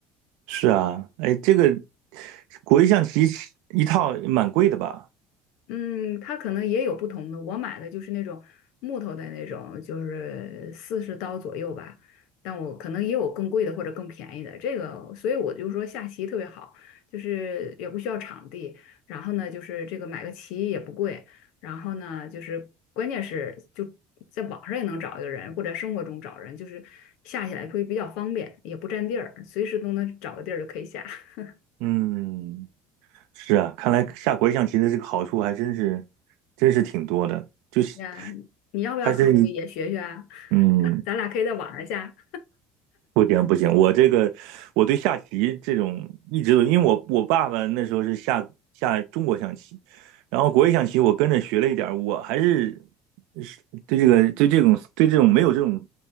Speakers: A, on the right; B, on the left.
A: 是啊，哎，这个国际象棋一套蛮贵的吧？
B: 嗯，它可能也有不同的。我买的就是那种木头的那种，就是四十刀左右吧。但我可能也有更贵的或者更便宜的。这个，所以我就说下棋特别好，就是也不需要场地，然后呢，就是这个买个棋也不贵，然后呢，就是关键是就在网上也能找一个人，或者生活中找人，就是下起来会比较方便，也不占地儿，随时都能找个地儿就可以下。<laughs>
A: 嗯，是啊，看来下国际象棋的这个好处还真是，真是挺多的，就是
B: 呀，你要不要考虑也学学啊？
A: 还是你，嗯，
B: 咱俩可以在网上下。
A: 不行不行，我这个我对下棋这种一直都，因为我我爸爸那时候是下下中国象棋，然后国际象棋我跟着学了一点儿，我还是是对这个对这种对这种没有这种